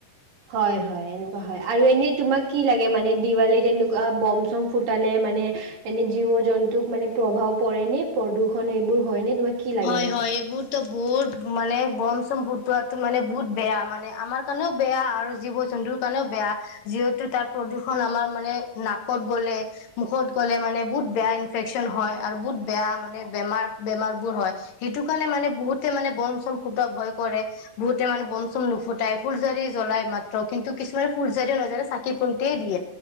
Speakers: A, on the right; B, on the left.
A: হয় হয় এনেকুৱা হয় আৰু এনে তোমাক কি লাগে মানে দিৱালীত এনেকুৱা বম চম ফুটালে মানে এনে জীৱ জন্তুক মানে প্ৰভাৱ পৰে নে প্ৰদূষণ এবোৰ হয় নে তোমাক কি লাগে
B: হয়
A: এনেকুৱা?
B: হয় এইবোৰ ত বহুত মানে বম চম ফুটোৱাটো মানে বহুত বেয়া মানে আমাৰ কাৰণেও বেয়া আৰু জীৱ জন্তুৰ কাৰণেও বেয়া যিহেতু তাৰ প্ৰদূষণ আমাৰ মানে নাকত গ'লে মুখত গ'লে মানে বহুত বেয়া ইনফেকচন হয় আৰু বহুত বেয়া মানে বেমাৰ বেমাৰ বোৰ হয়। সেইটো কাৰণে মানে বহুতে মানে বম চম ফুটা ভয় কৰে বহুতে মানে বম চম নুফুটাই ফুলজাৰি জ্বলাই মাত্ৰ কিন্তু কিছুমানে ফুলজাৰিও নাজানে চাকি বন্তিয়েই দিয়ে